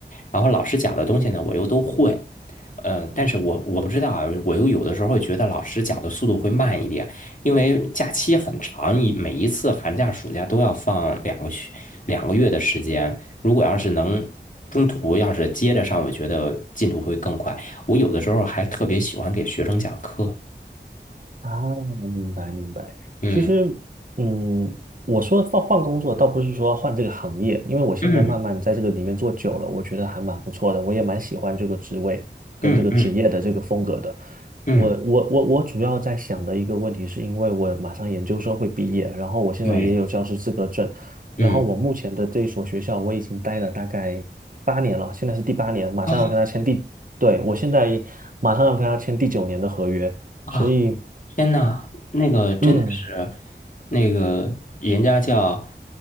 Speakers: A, on the left; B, on the right.
A: 然后老师讲的东西呢，我又都会。嗯，但是我我不知道啊，我又有的时候觉得老师讲的速度会慢一点，因为假期很长，一每一次寒假、暑假都要放两个学两个月的时间。如果要是能中途要是接着上，我觉得进度会更快。我有的时候还特别喜欢给学生讲课。
B: 啊，明白明白。
A: 嗯
B: 其实，嗯，我说换换工作，倒不是说换这个行业，因为我现在慢慢在这个里面做久了，
A: 嗯
B: 我觉得还蛮不错的，我也蛮喜欢这个职位跟这个职业的这个风格的。
A: 嗯嗯。嗯，
B: 我我我我主要在想的一个问题，是因为我马上研究生会毕业，然后我现在也有教师资格证，
A: 对，嗯
B: 然后我目前的这一所学校我已经待了大概八年了，现在是第八年，马上要跟他签第，
A: 啊
B: 对，我现在马上要跟他签第九年的合约，
A: 啊，
B: 所以。
A: 天呐，那个真的是，
B: 嗯，
A: 那个人家叫